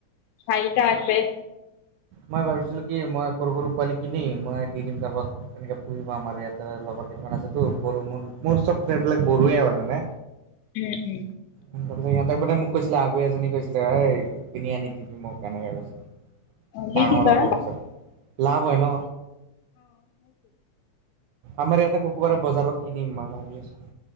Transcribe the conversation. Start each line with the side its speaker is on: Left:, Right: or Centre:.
Left: চাৰিটা আছে।
Right: মই ভাবিছিলো কি মই সৰু সৰু পোৱালি কিনি মই দি দিম কাৰোবাক। এনেকে পুহিবা আমাৰ ইয়াতে লগৰ কেইটামান আছেতো ব মোৰ। মোৰ চব এইবিলাক বড়োয়ে হয় মানে।
Left: উম উম।
Right: তাৰপিছত সিহঁতে মানে মোক কৈছিলে আৰু এজনী কৈছিলে ঐ কিনি আনি দিবি মোক এনেকে কৈছিলে।
Left: অঁ দি
Right: ডাঙৰ
Left: দিবা।
Right: হ'ব পিছত লাভ হয় ন আমাৰ ইয়াতে শুকুৰবাৰে বজাৰত কিনিম মই ভাবি আছো।